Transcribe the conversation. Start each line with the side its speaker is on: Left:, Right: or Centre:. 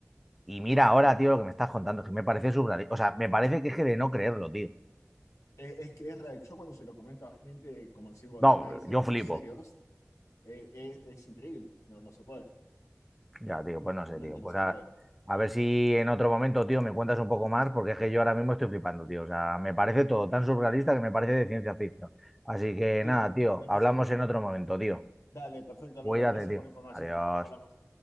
Centre: Y mira ahora, tío, lo que me estás contando, que me parece surrealista. O sea, me parece que es que de no creerlo, tío.
Left: Es, es que es real. Yo cuando se lo comento a gente, como decimos,
Centre: No,
Left: de países
Centre: yo
Left: más
Centre: flipo.
Left: serios, eh, es, es increíble. No, no se puede.
Centre: Ya,
Left: No,
Centre: tío, pues no
Left: realmente
Centre: sé, tío.
Left: no
Centre: Pues
Left: se
Centre: a,
Left: puede.
Centre: a ver si en otro momento, tío, me cuentas un poco más, porque es que yo ahora mismo estoy flipando, tío. O sea, me parece todo tan surrealista que me parece de ciencia ficción. Así que
Left: Sí,
Centre: nada, tío,
Left: <laughs>
Centre: hablamos
Left: sí, pues.
Centre: en otro momento, tío.
Left: Dale, perfecto, Álvaro.
Centre: Cuídate,
Left: Gracias
Centre: tío.
Left: por la información.
Centre: Adiós.
Left: Nos hablamos.